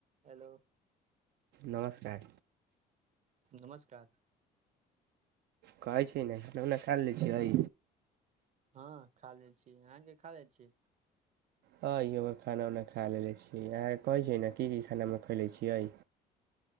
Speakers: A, on the right; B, on the right.
A: हेलो
B: नमस्कार
A: नमस्कार
B: कहै छै ने खाना उना खा लै छियै
A: हँ खा लेन छियै अहाँके खा लै छी
B: हँ इन्हर खाना उना खा लेले छीयै अहाँके कहै छै न की की खाना हम खैले छियै